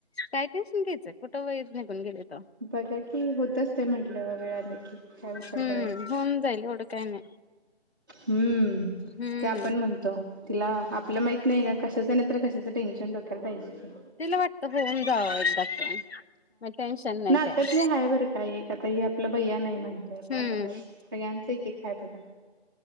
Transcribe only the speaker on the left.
काय ती सून घ्यायचं कुठं व निघून गेले तर.
हम्म
होऊन जाईल एवढ काय नाय.
हम्म
तिला वाटत सगळ्यांनी जावं पटकन मग टेन्शन नाही.
काय
हम्म